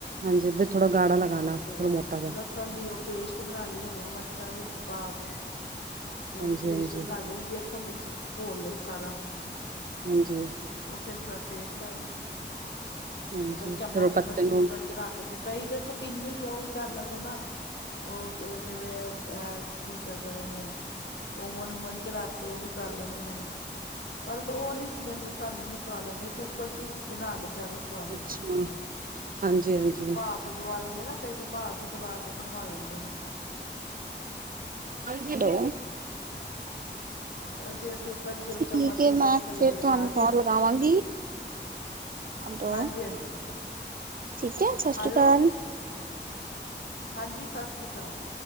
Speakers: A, on the right (about 50°); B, on the left (about 65°).
A: ਹਾਂਜੀ ਵੀ ਥੋੜਾ ਗਾੜਾ ਲਗਾਣਾ ਥੋੜਾ
B: ਤੇ
A: ਮੋਟਾ ਜਾ।
B: <unintelligible> ਦੀ, ਉਹ ਪੇਸਟ ਬਣਾ ਲਈ, ਹਰੀਆਂ ਮਿਰਚਾਂ ਵਿੱਚ ਪਾ ਕੇ। ਤੇ, ਉਹਦੀ
A: ਹਾਂਜੀ
B: ਪੇਸਟ
A: ਹਾਂਜੀ
B: ਬਣਾ ਕੇ, ਉਹ ਵੀ ਵੇਸਣ ਵਿੱਚ ਘੋਲ ਲਈ, ਸਾਰਾ ਵਿੱਚ
A: ਹਾਂਜੀ।
B: ਉਹ ਫੇਰ ਟੇਸਟ ਆ ਜਾਂਦਾ,
A: ਹਾਂਜੀ
B: ਉਹ ਫੇਰ ਚਮਚ-
A: ਉਹ
B: ਚੁਮਚ
A: ਪੱਤੇ ਨੂੰ
B: ਕੁੱਕਰ ਚ ਰੱਖ ਕੇ, ਕਈ ਤਾਂ ਸਪਿੰਨ ਹੀ, ਉਹੀ ਕਰ ਲੈਂਦੇ ਨਾ। ਉਹ ਜਿਵੇਂ ਕੀ ਕਰਦੇ ਨੇ ਉਹਨੂੰ। ਓਵਨ -ਓੂਵਨ ਚਲਾ ਕੇ, ਉਹ ਵੀ ਕਰ ਲੈਂਦੀਆਂ ਨੇ। ਪਰ, ਉਹ ਨੀ ਮੈਨੂੰ ਸਾਨੂੰ ਨੀ ਸਵਾਦ ਲੱਗਦੇ, ਕੁੱਕਰ ਚ ਹੀ ਬਣਾ ਕੇ, ਜ਼ਿਆਦਾ ਸਵਾਦ ਲੱਗਦੇ
A: ਅੱਛਾ
B: ਹੈ।
A: ਹਾਂਜੀ ਹਾਂਜੀ।
B: ਭਾਫ਼ ਦਵਾ ਲੈਂਦੇ ਨਾ ਕਈ ਤੇ ਭਾਫ਼ ਹੀ ਦਵਾ ਕੇ ਬਣਵਾ ਲੈਂਦੇ ਨੇ।
A: ਹੈਲੋ?
B: ਤੇ ਅਸੀ ਇਹ ਕੁਕ। ਕੁੱਕਰ ਚ ਉਹ ਚਮਚ
A: ਠੀਕ
B: ਚੁੰਮਚ
A: ਹੈ ਮੈਂ
B: ਥੱਲੇ
A: ਫਿਰ
B: ਲਗਾ
A: ਤੁਹਾਨੂੰ
B: ਕੇ।
A: ਕਾਲ ਲਗਾਵਾਂਗੀ ਹੈਲੋ
B: ਹਾਂਜੀ- ਹਾਂਜੀ।
A: ਠੀਕ ਹੈ, ਸਤਿ ਸ਼੍ਰੀ
B: ਹੈਲੋ
A: ਅਕਾਲ।
B: ਹਾਂਜੀ ਸਤਿ ਸ਼੍ਰੀ ਅਕਾਲ।